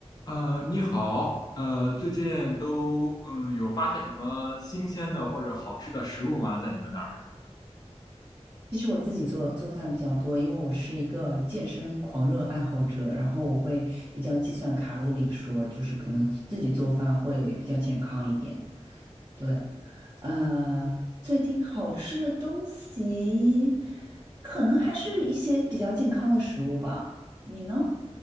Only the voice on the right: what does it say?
其实我自己做做饭比较多，因为我是一个健身狂热爱好者，然后我会比较计算卡路里说，就是可能自己做饭会比较健康一点。对，呃，最近好吃的东西，可能还是一些比较健康的食物吧。你呢？